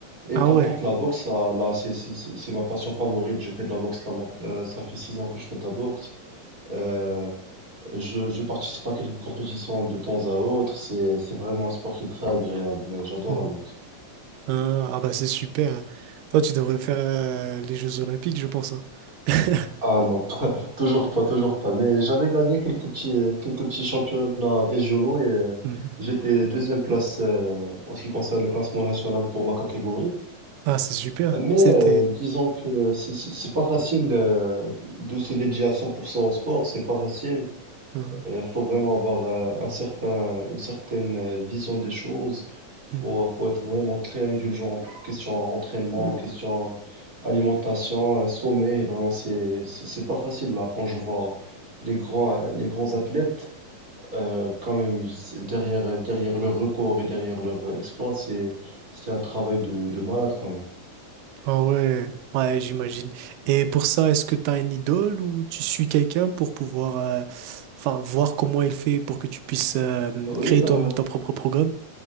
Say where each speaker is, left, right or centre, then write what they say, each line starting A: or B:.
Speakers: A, on the right; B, on the right.
A: Et
B: Ah
A: par
B: ouais,
A: contre, la boxe, ça, là, c'est c'est- c'est- c'est ma passion favorite. Je fais de la boxe, là, mon- euh, ça fait six ans que je fais de la boxe. Euh, je, je participe à quelques compétitions de temps à autre. C'est, c'est vraiment un sport qui est très agréable. J'adore
B: mhm.
A: la boxe.
B: Hein, Ah bah c'est super. hein. Toi, tu devrais faire euh, les Jeux Olympiques, je pense. hein. <laughs>
A: Ah non, <laughs> pas, toujours pas, toujours pas. Mais j'avais gagné quelques petits, euh, quelques petits championnats régionaux et euh,
B: Mhm.
A: j'étais deuxième place euh, en ce qui concerne le classement national pour ma catégorie.
B: Ah, c'est super,
A: Euh, Mais
B: c'était...
A: euh, disons que c'est c'est- c'est pas facile euh, de se dédier à 100% au sport. C'est pas facile.
B: euh,
A: Il faut vraiment avoir euh, un certain, une certaine euh, vision des choses. Faut,
B: mmh.
A: faut être vraiment très indulgent. Question entraînement, question alimentation, euh, sommeil. Vraiment, c'est, c'est c'est pas facile là quand je vois les grands, euh, les grands athlètes. euh, quand même, ils- c'est- derrière, derrière leur record et derrière leur exploit, c'est, c'est un travail de, de malade quand même.
B: Ah ouais, ouais, j'imagine. Et pour ça, est-ce que tu as une idole ou tu suis quelqu'un pour pouvoir euh, enfin voir comment il fait pour que tu puisses euh,
A: Oui,
B: créer
A: alors,
B: toi-même ton propre programme?